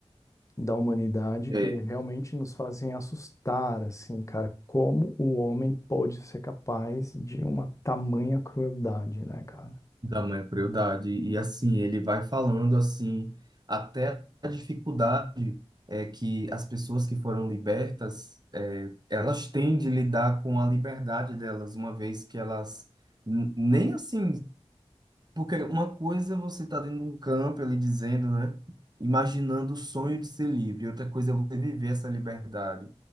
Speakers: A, on the left; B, on the right.
A: da humanidade
B: É,
A: que realmente nos fazem assustar, assim, cara, como o homem pode ser capaz de uma tamanha crueldade, né, cara?
B: da mãe crueldade. E assim, ele vai falando assim, até a dificuldade é que as pessoas que foram libertas, é, elas têm de lidar com a liberdade delas, uma vez que elas n- nem assim porque uma coisa é você tá dentro de um campo ali dizendo, né? Imaginando o sonho de ser livre. Outra coisa é você viver essa liberdade.